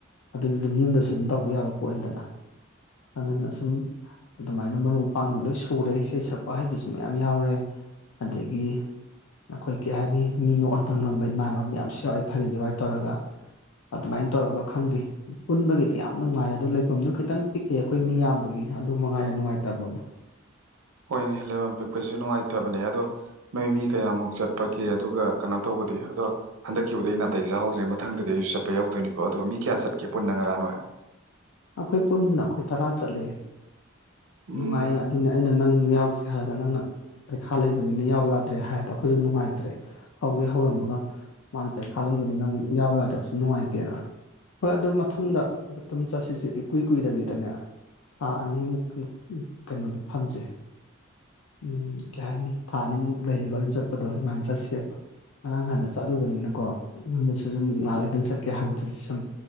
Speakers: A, on the left; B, on the right.
A: ꯑꯗꯨꯗ ꯑꯗꯨꯝ ꯌꯨꯝꯗꯁꯨ ꯑꯗꯨꯝ ꯇꯧꯕ ꯌꯥꯕ ꯄꯣꯠꯅꯤꯗꯅ ꯑꯗꯨꯅ ꯁꯨꯝ ꯑꯗꯨꯃꯥꯏꯅ ꯃꯔꯨꯞ ꯃꯄꯥꯡꯗꯨ ꯂꯣꯏ ꯁꯨꯔꯦ ꯏꯁꯩ ꯁꯛꯄ ꯍꯩꯕꯁꯨ ꯃꯌꯥꯝ ꯌꯥꯎꯔꯦ ꯑꯗꯒꯤ ꯑꯩꯈꯣꯏ ꯀꯩ ꯍꯥꯏꯅꯤ ꯃꯤꯅ ꯑꯣꯟꯕ ꯉꯝꯕ ꯏꯃꯥꯟꯅꯕ ꯃꯌꯥꯝꯁꯨ ꯌꯥꯎꯔꯤ ꯐꯒꯠ ꯖꯒꯥꯏ ꯇꯧꯔꯒ ꯑꯗꯨꯃꯥꯏꯅ ꯇꯧꯔꯒ ꯈꯪꯗꯦ ꯄꯨꯟꯕꯒꯤꯗꯤ ꯌꯥꯝ ꯅꯨꯡꯉꯥꯏꯔꯦ ꯑꯗꯨ ꯂꯩꯐꯝꯗꯨꯣ ꯈꯤꯇꯪ ꯄꯤꯛꯑꯦ ꯑꯩꯈꯣꯏ ꯃꯤ ꯌꯥꯝꯕꯒꯤ ꯑꯗꯨ ꯃꯉꯥꯏꯔꯦ ꯅꯨꯡꯉꯥꯏꯇꯕ ꯑꯃ
B: ꯍꯣꯏꯅꯦ ꯂꯩꯐꯝ ꯄꯤꯛꯄꯁꯨ ꯅꯨꯡꯉꯥꯏꯇꯕꯅꯦ ꯑꯗꯣ ꯅꯣꯏ ꯃꯤ ꯀꯌꯥꯃꯨꯛ ꯆꯠꯄꯒꯦ ꯑꯗꯨꯒ ꯀꯩꯅꯣ ꯇꯧꯕꯗꯤ ꯑꯗꯣ ꯍꯟꯗꯛꯀꯤꯕꯨꯗꯤ ꯑꯩ ꯅꯥꯇꯩ ꯆꯍꯧꯗ꯭ꯔꯦ ꯃꯊꯗꯗꯤ ꯑꯩꯁꯨ ꯆꯠꯄ ꯌꯥꯎꯗꯣꯏꯅꯤꯀꯣ ꯑꯗꯣ ꯃꯤ ꯀꯌꯥ ꯆꯠꯀꯦ ꯄꯨꯟꯅ ꯉꯔꯥꯡꯅꯣꯏ
A: ꯑꯩꯈꯣꯏ ꯄꯨꯟꯅ ꯑꯩꯈꯣꯏ ꯇꯔꯥ ꯆꯠꯂ
B: ꯎꯝ
A: ꯅꯨꯡꯉꯥꯏꯌꯦ ꯑꯗꯨꯅꯦ ꯑꯩꯅ ꯅꯪ ꯌꯥꯎꯁ ꯍꯥꯏꯔꯒ ꯅꯪꯅ ꯄꯩꯈꯥ ꯂꯩꯕꯅꯤꯅ ꯌꯥꯎ ꯌꯥꯗ꯭ꯔꯦ ꯍꯥꯏꯔꯗ ꯑꯩꯈꯣꯏꯁꯨ ꯅꯨꯡꯉꯥꯏꯇ꯭ꯔꯦ ꯍꯧꯒꯦ ꯍꯧꯔꯝꯃꯒ ꯃꯥ ꯄꯩꯈꯥ ꯂꯩꯕꯅꯤꯅ ꯑꯃꯨꯛ ꯌꯥꯎꯕ ꯌꯥꯗꯕꯁꯨ ꯅꯨꯡꯉꯥꯏꯇꯦꯅ ꯍꯣꯏ ꯑꯗꯨ ꯃꯊꯪꯗ ꯇꯝ ꯆ ꯁꯤ ꯏꯀꯨꯏ ꯀꯨꯏꯗꯕꯤꯗꯅꯦ ꯊꯥ ꯑꯅꯤꯃꯨꯛꯇꯀꯤ ꯀꯩꯅꯣꯗ ꯐꯝꯖꯩ ꯎꯝ ꯀꯩ ꯍꯥꯏꯅꯤ ꯊꯥ ꯑꯅꯤꯃꯨꯛ ꯂꯩꯔꯒ ꯑꯝ ꯆꯠꯄꯗꯣ ꯑꯗꯨꯃꯥꯏꯅ ꯆꯠꯁꯦꯕ ꯉꯥꯡ ꯍꯥꯟꯅ ꯆꯠꯂꯨꯕꯅꯤꯅꯀꯣ ꯌꯨꯝꯗꯁꯨ ꯁꯨꯝ ꯉꯥꯏꯍꯥꯛ ꯂꯩꯇꯅ ꯆꯠꯀꯦ ꯍꯥꯏꯕꯗꯨꯗꯤ ꯁꯨꯝ